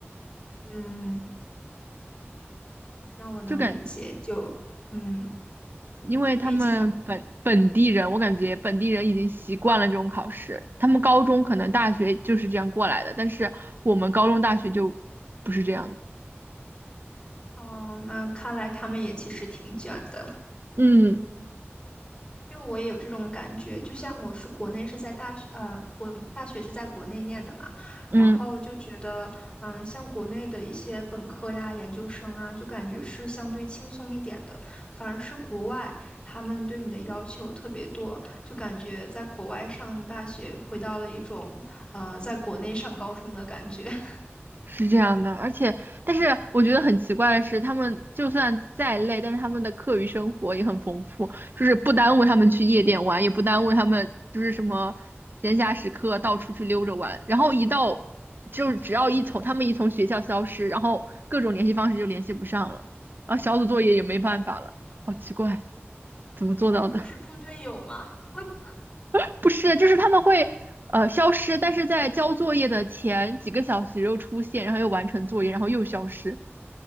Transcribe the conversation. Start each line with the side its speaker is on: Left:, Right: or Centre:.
Left: 嗯，那我能理解，
Right: 就感觉
Left: 就嗯，
Right: 因为他们本本地人，
Left: 就毕竟
Right: 我感觉本地人已经习惯了这种考试，他们高中可能大学就是这样过来的，但是我们高中大学就不是这样的。
Left: 哦，那看来他们也其实挺卷的，
Right: 嗯
Left: 嗯。就我也有这种感觉，就像我是国内是在大学，呃，国大学是在国内念的嘛，
Right: 嗯，
Left: 然后就觉得，嗯，像国内的一些本科呀、研究生啊，就感觉是相对轻松一点的，反而是国外他们对你的要求特别多，就感觉在国外上大学回到了一种，呃，在国内上高中的感觉。<laughs>
Right: 是这样的，而且，但是我觉得很奇怪的是，他们就算再累，但是他们的课余生活也很丰富，就是不耽误他们去夜店玩，也不耽误他们就是什么闲暇时刻到处去溜着玩。然后一到，就是只要一从他们一从学校消失，然后各种联系方式就联系不上了，然后小组作业也没办法了，好奇怪，怎么做到的？
Left: 我们是猪队友吗？<laughs>
Right: <laughs> 不是，就是他们会。呃，消失，但是在交作业的前几个小时又出现，然后又完成作业，然后又消失。